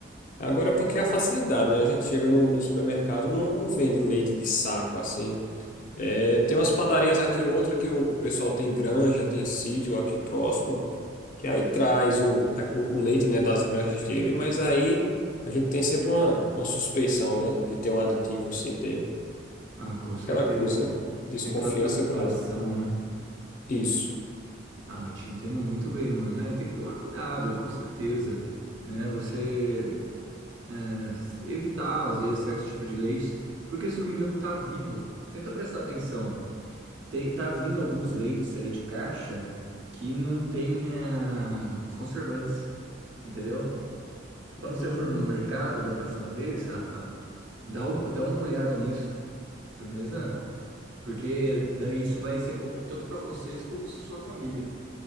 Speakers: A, on the left (about 45°); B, on the right (about 85°).
A: agora é porque é a facilidade, né? A gente chega no, no supermercado, não, não vende leite de saco assim. É, tem umas padarias aqui, outra que o, o pessoal tem granja, tem sítio aqui próximo, que aí traz o, a- o, o leite, né, das granjas dele, mas aí a gente tem sempre uma, uma suspeição, né, de ter um aditivo, assim, ter
B: Ah, com certeza.
A: aquela coisa, né, desconfiança
B: Tem aquela preocupação,
A: grande.
B: né?
A: Isso.
B: Ah, eu te entendo muito bem, mano. É, tem que tomar cuidado, com certeza. Né? Você é, evitar, às vezes, certo tipo de leites, porque, se eu não me engano, tá vindo. Tenta prestar atenção. Te- tá vindo alguns leites aí de caixa que não tem é, conservantes, entendeu? Quando você
A: Hum,
B: for no mercado da próxima vez, Rafa, dá, um- dá uma olhada nisso. Firmeza? Porque daí isso vai ser bom tanto para vocês como sua família,